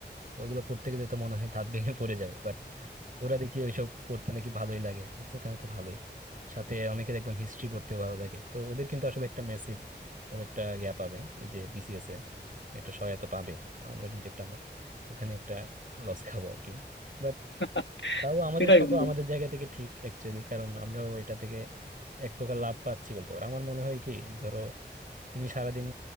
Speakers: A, on the right (about 50°); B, on the left (about 80°).
A: তো ওগুলো পড়তে গেলে তো মনে হয় দাঁত ভেঙে পড়ে যাবে বাট ওরা দেখি ওইসব পড়তে নাকি ভালোই লাগে আমি বলছি, তাহলে তো ভালোই সাথে অনেকে দেখলাম হিস্ট্রি পড়তে ভালো লাগে তো ওদের কিন্তু আসলে একটা মেসিভ ওর একটা ইয়া পাবে এই যে বিসিএস এ একটা সহায়তা পাবে আমরা কিন্তু একটা মা- ওখানে একটা লস খাবো আর কি বাট
B: <laughs>
A: তাও আমাদের
B: সেটাই
A: সকল
B: বন্ধু
A: আমাদের জায়গা থেকে ঠিক অ্যাকচুয়ালি কারণ আমরাও এটা থেকে এক প্রকার লাভ পাচ্ছি বলতে পারো আমার মনে হয় কি ধরো তুমি সারাদিন